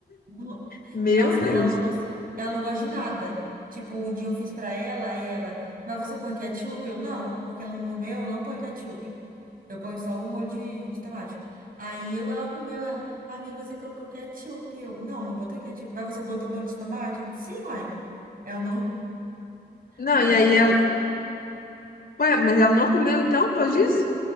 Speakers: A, on the right; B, on the left.
A: No-
B: Meu
A: E nossa,
B: Deus.
A: e ela não gosta, ela não gosta de nada. Tipo, um dia eu fiz pra ela, aí ela, mas você põe ketchup? Eu não, porque no, no meu eu não põe ketchup. Eu ponho só o molho de, de tomate. Aí eu, ela comeu, ela, amiga, você colocou ketchup. Eu, não, não botei ketchup. Mas você botou molho de tomate? Eu, sim, uai. Ela não.
B: Não,
A: Aí
B: e
A: ela,
B: aí
A: não,
B: ela.
A: mas...
B: Ué, mas ela não comeu então, por causa disso?